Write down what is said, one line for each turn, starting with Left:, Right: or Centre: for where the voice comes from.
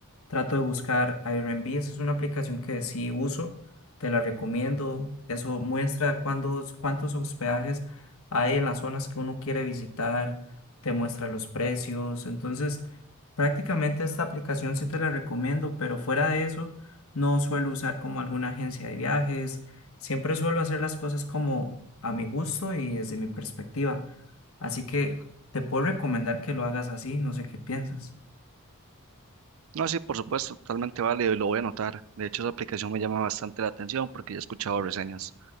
Left: Trato de buscar Airbnb. Esa es una aplicación que sí uso. Te la recomiendo. Eso muestra cuántos, cuántos hospedajes hay en las zonas que uno quiere visitar. Te muestra los precios. Entonces, prácticamente esta aplicación sí te la recomiendo, pero fuera de eso, no suelo usar como alguna agencia de viajes Siempre suelo hacer las cosas como a mi gusto y desde mi perspectiva. Así que te puedo recomendar que lo hagas así, no sé qué piensas.
Right: No, sí, por supuesto, totalmente válido y lo voy a anotar. De hecho, esa aplicación me llama bastante la atención porque ya he escuchado reseñas.